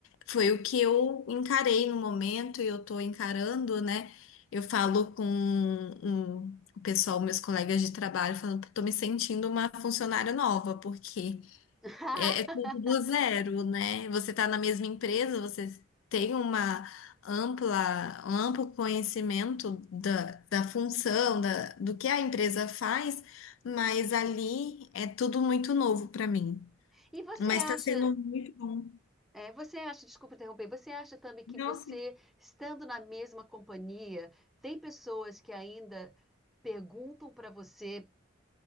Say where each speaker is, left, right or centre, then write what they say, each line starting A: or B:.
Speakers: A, on the left (about 75°); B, in the centre.
A: Foi o que eu encarei no momento e eu tô encarando, né? Eu falo com um- o pessoal, meus colegas de trabalho, falando que tô me sentindo uma funcionária nova, porque
B: <laughs>
A: É, é tudo do zero, né? Você está na mesma empresa, você tem uma ampla, um amplo conhecimento da, da função, da, do que a empresa faz, mas ali é tudo muito novo para mim.
B: E você
A: Mas está
B: acha,
A: sendo muito bom.
B: é, você acha, desculpa interromper, você acha também que
A: Nossa.
B: você, estando na mesma companhia, tem pessoas que ainda perguntam para você